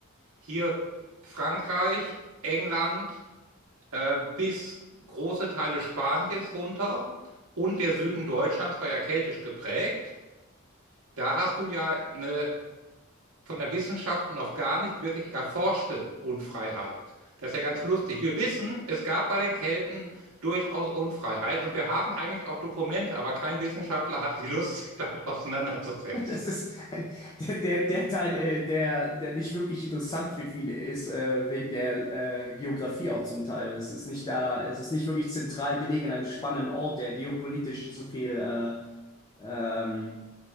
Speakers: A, on the right (about 75°); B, on the left (about 20°).
A: hier Frankreich, England äh, bis große Teile Spaniens runter und der Süden Deutschlands war ja keltisch geprägt. Da hast du ja eine von der Wissenschaft noch gar nicht wirklich erforschte Unfreiheit. Das ist ja ganz lustig. Wir wissen, es gab bei den Kelten durchaus Unfreiheit und wir haben eigentlich auch Dokumente, aber kein Wissenschaftler hat die Lust, sich damit auseinanderzusetzen.
B: <laughs> Es ist der, der, der Teil, äh, der, der nicht wirklich interessant für viele ist, äh, wegen der äh, Geografie auch zum Teil. Es ist nicht da, es ist nicht wirklich zentral gelegen an einem spannenden Ort, der geopolitisch so viel äh, ähm,